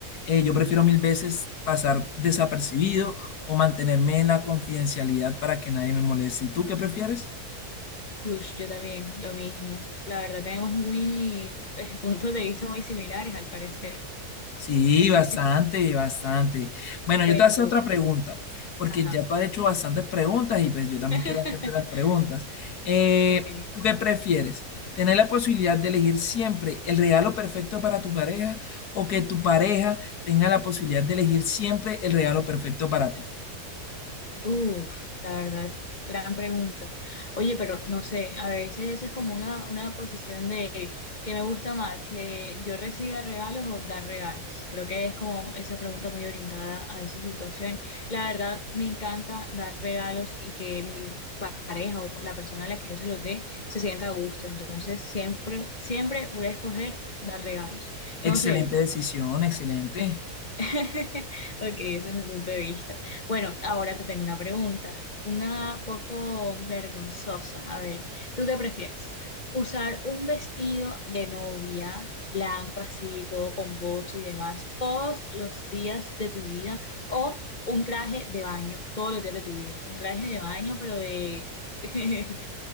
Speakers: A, on the left (about 80°); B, on the left (about 35°).
A: eh, yo prefiero mil veces pasar desapercibido
B: ujú.
A: o mantenerme en la confidencialidad para que nadie me moleste. ¿Y tú qué prefieres?
B: Uy, yo también, lo mismo. La verdad, tenemos muy <laughs> eh, puntos de vista muy similares al parecer.
A: Sí,
B: <laughs>
A: bastante, bastante. Bueno,
B: Bueno,
A: yo te voy a hacer
B: tú.
A: otra pregunta, porque
B: Ajá.
A: ya tú has hecho bastantes preguntas y pues yo también
B: <laughs>
A: quiero hacerte las preguntas. Eh,
B: Ok.
A: ¿tú qué prefieres? ¿Tener la posibilidad de elegir siempre el regalo perfecto para tu pareja o que tu pareja tenga la posibilidad de elegir siempre el regalo perfecto para ti?
B: Uf, la verdad, gran pregunta. Oye, pero no sé, a veces eso es como una, una posición de que me gusta más, que yo reciba regalos o dar regalos. Creo que es como esa pregunta muy orientada a esa situación. La verdad, me encanta dar regalos y que mi pareja o la persona a la que yo se los dé se sienta a gusto. Entonces, siempre, siempre voy a escoger dar regalos.
A: Excelente
B: No sé,
A: decisión, excelente.
B: Sí. <laughs> Ok, ese es mi punto de vista. Bueno, ahora te tengo una pregunta, una poco vergonzosa. A ver, ¿tú qué prefieres? ¿Usar un vestido de novia, blanco así, todo pomposo y demás, todos los días de tu vida? ¿O un traje de baño, todos los días de tu vida? Un traje de baño, pero de... <laughs>